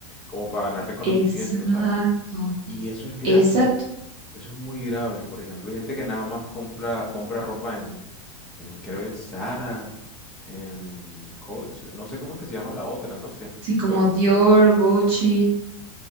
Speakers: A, in the centre; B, on the right.
A: como para ganar reconocimiento,
B: Exacto,
A: ¿sabes? Y eso es grave.
B: exacto.
A: Eso es muy grave. Por ejemplo, hay gente que nada más compra, compra ropa en, en, creo que Zara, en Coach, no sé cómo es que se llama la otra, no sé.
B: Sí, como
A: Pero,
B: Dior, Gucci,